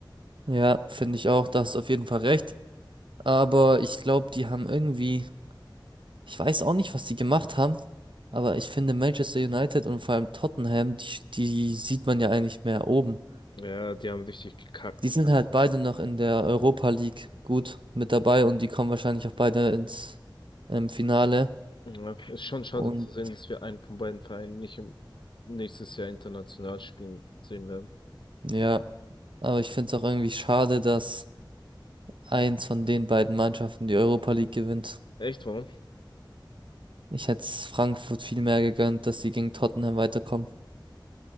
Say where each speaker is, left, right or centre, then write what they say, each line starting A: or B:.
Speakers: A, on the right (about 75°); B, on the left (about 70°).
A: Ja, finde ich auch, da hast du auf jeden Fall recht. Aber ich glaube, die haben irgendwie, ich weiß auch nicht, was die gemacht haben, aber ich finde Manchester United und vor allem Tottenham, die, die sieht man ja eigentlich mehr oben.
B: Ja, die haben richtig gekackt.
A: Die sind halt beide noch in der Europa League gut mit dabei und die kommen wahrscheinlich auch beide ins ähm, Finale.
B: Ja, ist schon schade
A: Und
B: zu sehen, dass wir einen von beiden Vereinen nicht im, nächstes Jahr international spielen sehen werden.
A: ja, aber ich finde es auch irgendwie schade, dass eins von den beiden Mannschaften die Europa League gewinnt.
B: Echt, warum?
A: Ich hätte es Frankfurt viel mehr gegönnt, dass sie gegen Tottenham weiterkommen.